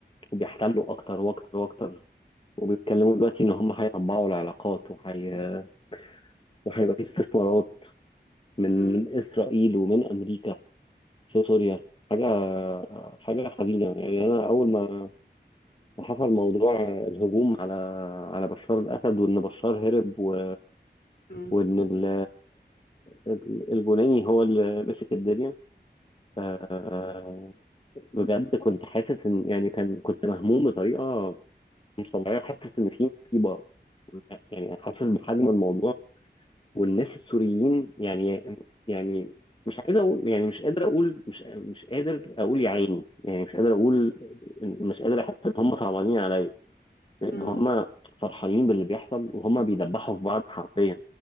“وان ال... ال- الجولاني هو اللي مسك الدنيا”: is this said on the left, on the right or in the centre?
Left